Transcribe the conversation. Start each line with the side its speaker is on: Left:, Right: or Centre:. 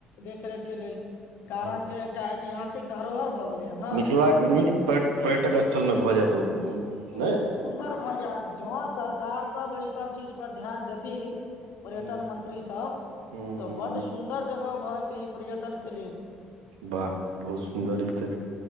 Left: देखरेख के लेल कारण
Right: हूँ
Left: जे एकटा ऐतिहासिक धरोहर भऽ गेलै हन ने
Right: मिथिलाके नीक पर्यटक स्थलमे भऽ जायत ओ नहि
Left: बहुत सुन्दर भ जायत जों सरकार सब एहि सब चीज पर ध्यान देथिन पर्यटन
Right: हूँ
Left: मंत्री सब
Right: हूँ
Left: तऽ
Right: हूँ
Left: बड्ड
Right: बिस
Left: सुन्दर जगह भ जेते ई पर्यटनक के लेल
Right: वाह बहुत सुन्दर ई तऽ